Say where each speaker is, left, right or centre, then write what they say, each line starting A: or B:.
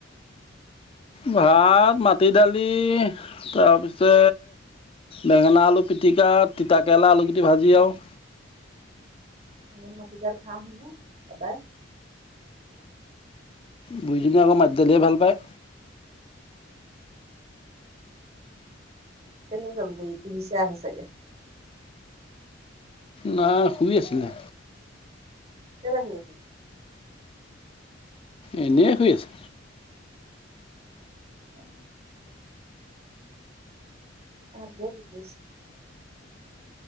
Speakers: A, on the left; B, on the right.
A: ভাত, মাটি দালি, তাৰপিছে বেঙেনা, আলু পিটিকা, তিতাকেৰেলা, আলুকেইটি ভাজি আৰু
B: ইমন মাটিদাইল খাৱহতনে সদায়।
A: বুইজনীয়ে আকৌ মাটিডদালিহে ভাল পায়।
B: কেনি গ'ল বুইছ, টি ভি চাই আছে চাগে।
A: না, শুই আছিলে।
B: কেলে শুই আছে?
A: এনে শুই আছে।
B: উম। আহাত বোৰে কি কৰিছে?